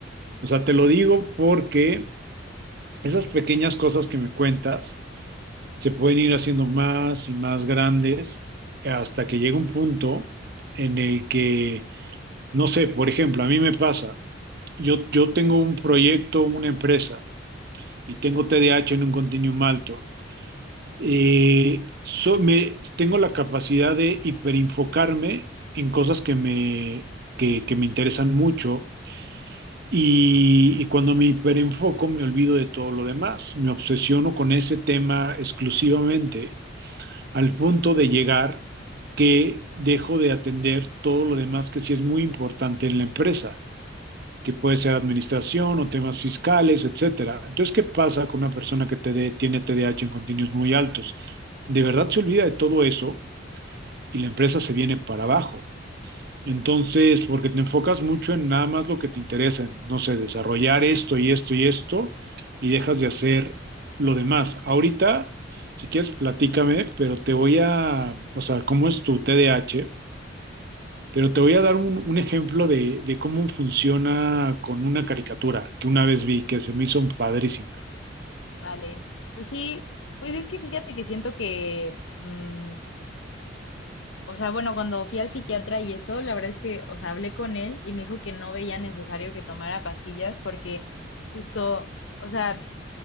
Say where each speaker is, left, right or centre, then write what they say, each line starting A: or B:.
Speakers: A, on the right; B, on the left.
A: O sea, te lo digo porque esas pequeñas cosas que me cuentas se pueden ir haciendo más y más grandes hasta que llega un punto en el que, no sé, por ejemplo, a mí me pasa, yo, yo tengo un proyecto, una empresa, y tengo TDAH en un continuum alto. Eh, so- me, tengo la capacidad de hiperinfocarme en cosas que me, que que me interesan mucho y, y cuando me hiperenfoco, me olvido de todo lo demás. Me obsesiono con ese tema exclusivamente al punto de llegar que dejo de atender todo lo demás que sí es muy importante en la empresa, que puede ser administración o temas fiscales, etcétera. Entonces, ¿qué pasa con una persona que TD tiene TDAH en continuos muy altos? De verdad se olvida de todo eso y la empresa se viene para abajo. Entonces, porque te enfocas mucho en nada más lo que te interesa, en, no sé, desarrollar esto y esto y esto, y dejas de hacer lo demás. Ahorita, si quieres, platícame, pero te voy a, o sea, cómo es tu TDAH, pero te voy a dar un, un ejemplo de, de cómo funciona con una caricatura que una vez vi, que se me hizo padrísima.
B: Vale, pues sí, pues es que fíjate que siento que, mm, o sea, bueno, cuando fui al psiquiatra y eso, la verdad es que, o sea, hablé con él y me dijo que no veía necesario que tomara pastillas porque justo, o sea,